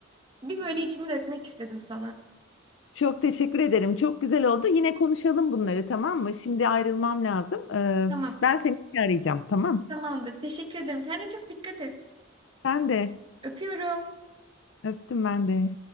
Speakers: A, on the right (about 25°); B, on the left (about 65°).
A: Bir böyle
B: Evet.
A: içimi dökmek istedim sana.
B: Çok teşekkür ederim. Çok güzel oldu. Yine konuşalım bunları, tamam mı? Şimdi ayrılmam lazım. Ee,
A: Tamam,
B: ben seni arayacağım, tamam?
A: tamamdır. Teşekkür ederim. Kendine çok dikkat et.
B: Ben de
A: Öpüyorum.
B: öptüm ben de.